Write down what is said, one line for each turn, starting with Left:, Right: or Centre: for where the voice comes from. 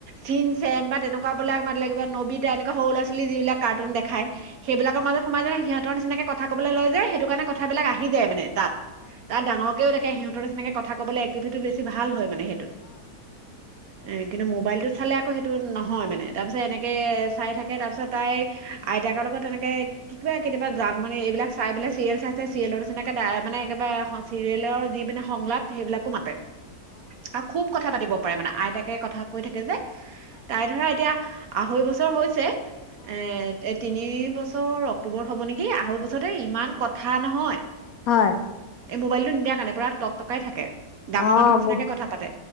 Right: চিনচেন বা তেনেকুৱা। বোলে মাৰ লাগিব নবিতা, এনেকুৱা সৰু লৰা ছোৱালীৰ। যি বিলাক কাৰ্টুন দেখায়। সেইবিলাকৰ মাজত মাই নাই সিহ হেঁতৰ নিচিনাকে কথা কব লৈ যে সেইটো। সেইটো কাৰণে কথা বিলাক আহি যায় মানে তাত, তাত ডাঙৰকেও দেখে সিহঁত। তোৰ নিছিনা কবলৈ এক্টিভিটি বেছি ভাল হয়। মানে সেইটোত। এ কিন্তু মোবাইলটোত চালে আকৌ সেইটো নহয় মানে তাৰ পিছত এনেকে চাই থাকে তাৰপিছত তাই আইতাকৰ লগত এনেকে কিবা কেতিাবা জান মানি এইবিলাক চাই পেলাই চিৰিয়েল চাইছে চিৰিয়েলৰ নিচিনাকে মানে একেবাৰে চিৰিয়েলৰ যি মানে সংলাপ সেইবিলাকো মাতে আৰু খুব কথা পাতিব। পাৰে মানে আইতাকে কথা কৈ থাকে যে। উঁহ তাই ধৰা এতিয়া। আঢ়ৈ বছৰ হৈছে। এ এ এতিয়া। তিনি বছৰ অক্টোব হ'ব, নেকি আঢ়ৈ বছৰতে ইমান কথা নহয়।
Left: হয়।
Right: এই মোবাইলটো নিদিয়াৰ কাৰণে পোৰা তক তকাই থাকে। ডাঙৰ
Left: অঁ
Right: মানুহৰ নিচিনাকে
Left: বহুত
Right: কথা পাতে